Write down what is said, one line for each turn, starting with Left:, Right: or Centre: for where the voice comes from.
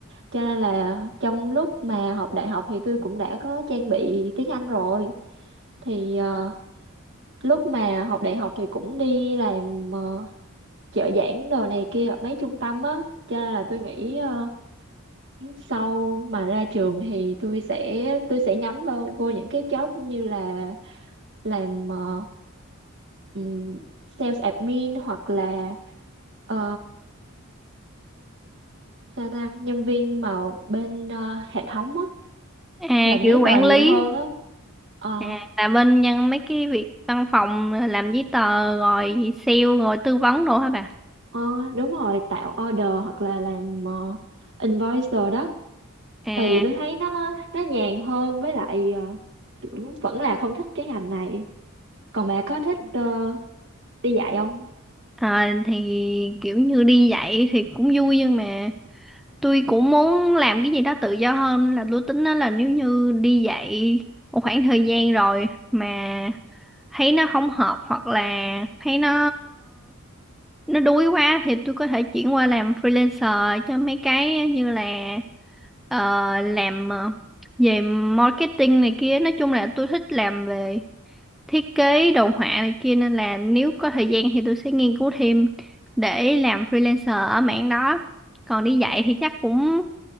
Right: Cho nên là trong lúc mà học đại học thì tôi cũng đã có trang bị tiếng Anh rồi. Thì ờ, lúc mà học đại học thì cũng đi làm ờ, trợ giảng đồ này kia ở mấy trung tâm á. Cho nên là tôi nghĩ ờ, sau mà ra trường thì tôi sẽ tôi sẽ nhắm vào vô những cái job như là làm ờ, ừm, sales admin hoặc là ờ, sao ta nhân viên mà bên ờ, hệ thống á
Centre: à
Right: làm
Centre: kiểu
Right: giấy
Centre: quản
Right: tờ nhiều
Centre: lý
Right: hơn á Ờ,
Centre: à, là bên nhân mấy cái việc văn phòng làm giấy tờ rồi sale rồi tư vấn đồ hả bà
Right: ờ, đúng rồi tạo order hoặc là làm ờ, invoice rồi đó
Centre: à
Right: tại vì tôi thấy nó nó nhàn hơn với lại ờ, kiểu vẫn là không thích cái ngành này còn bà có thích ờ, đi dạy không
Centre: ờ, thì kiểu như đi dạy thì cũng vui nhưng mà tôi cũng muốn làm cái gì đó tự do hơn là tôi tính đó là nếu như đi dạy một khoảng thời gian rồi mà thấy nó không hợp hoặc là thấy nó nó đuối quá thì tôi có thể chuyển qua làm freelancer cho mấy cái như là ờ, làm ờ, về marketing này kia nói chung là tôi thích làm về thiết kế đồ họa này kia nên là nếu có thời gian thì tôi sẽ nghiên cứu thêm để làm freelancer ở mảng đó còn đi dạy thì chắc cũng